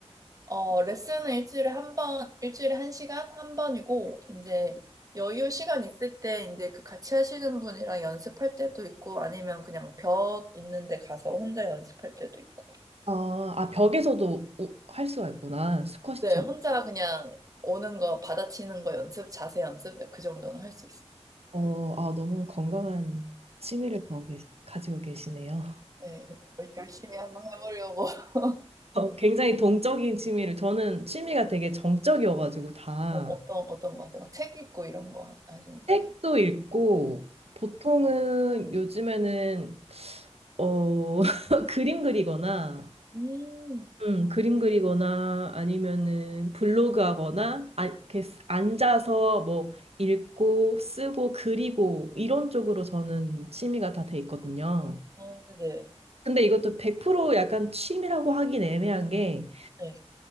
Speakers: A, on the right; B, on the right.
A: 어, 레슨은 일주일에 한 번, 일주일에 한 시간? 한 번이고, 이제 여유 시간 있을 때 이제 그 같이 하시는 분이랑 연습할 때도 있고, 아니면 그냥 벽 있는데 가서 혼자 연습할 때도 있고요.
B: 아, 아 벽에서도 우- 할 수가 있구나. 스쿼시처럼.
A: 네, 혼자 그냥 오는 거, 받아치는 거 연습, 자세 연습, 그 정도는 할 수 있어요.
B: 어, 아, 너무 건강한 취미를 가지고 계시- 가지고 계시네요.
A: 네, 열심히 한번 해보려고. <laughs>
B: <laughs> 어, 굉장히 동적인 취미를 저는 취미가 되게 정적이어가지고 다
A: 어, 어떤, 어떤 거 하세요? 막 책 읽고 이런 거 하- 하시는 거예요?
B: 책도 읽고 보통은 요즘에는 어 <laughs> 그림 그리거나
A: 음,
B: 음 그림 그리거나 아니면은 블로그 하거나 아, 이렇게 쓰- 앉아서 뭐 읽고 쓰고 그리고 이런 쪽으로 저는 취미가 다 돼 있거든요.
A: 어, 네네.
B: 근데 이것도 100% 약간 취미라고 하긴 애매한 게
A: 네.